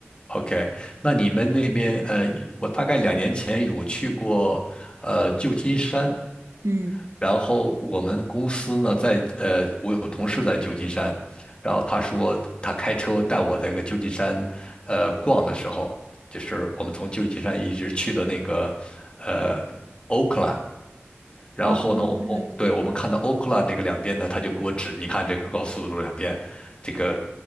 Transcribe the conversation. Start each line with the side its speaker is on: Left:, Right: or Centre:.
Left: OK，那你们那边呃，我大概两年前有去过呃旧金山，
Right: 嗯。
Left: 然后我们公司呢在呃，我有同事在旧金山，然后他说他开车带我在个旧金山呃逛的时候，就是我们从旧金山一直去的那个呃 Oakland，然后呢，
Right: 哦，
Left: 哦，
Right: 对对
Left: 对，我们看到 o 克 k l 那个两边呢，他就给我指，你看这个高速路两边，这个